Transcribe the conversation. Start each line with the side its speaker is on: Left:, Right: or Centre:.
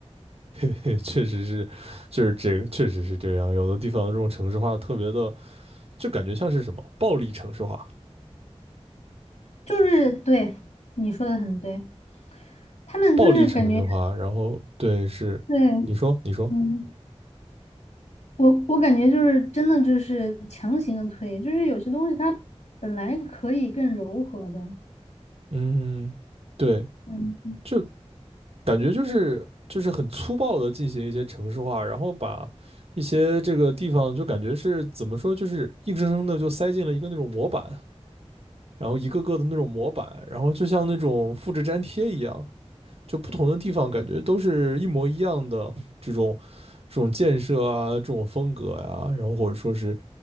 Right: <laughs> 也确实是，就是这个，确实是这样。有的地方这种城市化特别的，就感觉像是什么暴力城市化。
Left: 就是对你说的很对，他们就是感觉
Right: 暴力城市化，然后对是，
Left: 对，
Right: 你说你说，
Left: 嗯，我我感觉就是真的就是强行的推，就是有些东西它本来可以更柔和的，
Right: 嗯，对，
Left: 嗯
Right: 就感觉就是就是很粗暴的进行一些城市化，然后把一些这个地方就感觉是怎么说，就是硬生生的就塞进了一个那种模板，然后一个个的那种模板，然后就像那种复制粘贴一样，就不同的地方感觉都是一模一样的这种这种建设啊，这种风格呀、然后或者说是